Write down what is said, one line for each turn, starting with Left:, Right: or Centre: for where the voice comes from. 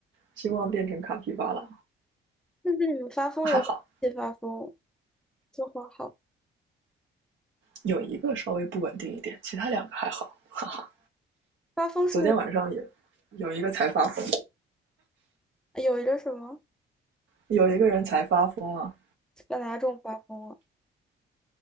Right: 希望变成卡皮巴拉。
Centre: 但是你们发疯也会发疯，
Right: 还好
Centre: 就很好。
Right: 有一个稍微不稳定一点，其他两个还好，哈哈。
Centre: 发疯是
Right: 昨天晚上也有一个才发疯，
Centre: 有一个什么
Right: 有一个人才发疯啊，
Centre: 把哪种发疯啊？